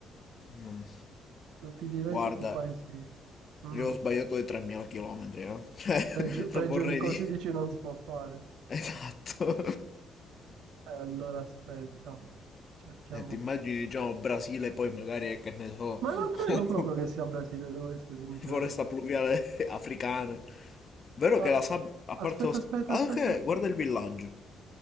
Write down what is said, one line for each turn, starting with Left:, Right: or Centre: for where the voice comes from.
Left: Mm,
Right: Non ti direi
Left: Guarda,
Right: tipo paesi... Mm.
Left: io ho sbagliato di 3000 km, eh. <laughs> Cioè,
Right: Peggio, peggio
Left: non vorrei
Right: di così
Left: dire...
Right: dici non si può fare.
Left: <laughs> Esatto.
Right: Eh, allora aspetta, cerchiamo.
Left: E ti immagini, diciamo, Brasile, poi magari, eh, che ne so...
Right: Ma non credo
Left: <laughs>
Right: proprio che sia Brasile, devo essere sincero.
Left: foresta pluviale <laughs> africana. Vero che
Right: Ah,
Left: la sabbia, a parte
Right: Aspetta,
Left: lo sc-
Right: aspetta,
Left: Ah,
Right: aspetta.
Left: ok, guarda il villaggio.